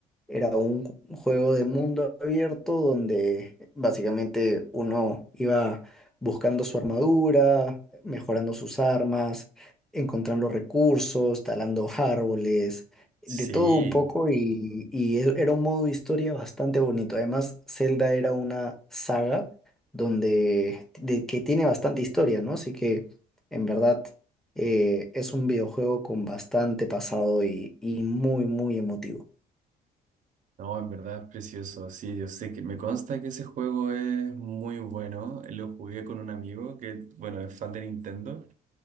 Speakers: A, in the centre; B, on the right.
A: Era un ju- juego de mundo abierto donde básicamente uno iba buscando su armadura, mejorando sus armas, encontrando recursos, talando árboles de
B: Sí,
A: todo un poco y, y e- era un modo de historia bastante bonito. Además, Zelda era una saga donde de, que tiene bastante historia, ¿no? Así que en verdad eh, es un videojuego con bastante pasado y, y muy, muy emotivo.
B: no, en verdad es precioso. Sí, yo sé que me consta que ese juego es muy bueno. Lo jugué con un amigo que, bueno, es fan de Nintendo.